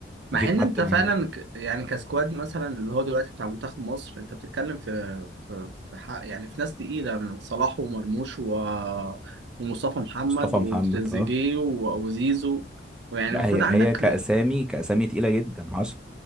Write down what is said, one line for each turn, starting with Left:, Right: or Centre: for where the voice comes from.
Right: مع
Centre: مفيش
Right: ان
Centre: حد
Right: انت
Centre: مهاري
Right: فعلا ك... يعني كسكواد مثلا اللي هو دلوقتي بتاع منتخب مصر انت بتتكلم في في, في حق يعني في ناس تقيله صلاح ومرموش و... ومصطفى محمد
Centre: مصطفى
Right: وتريزيجيه
Centre: محمد اه
Right: و- وزيزو ويعني
Centre: لا
Right: المفروض
Centre: هي
Right: عندك
Centre: هي كأسامي كأسامي تقيلة جدا حصل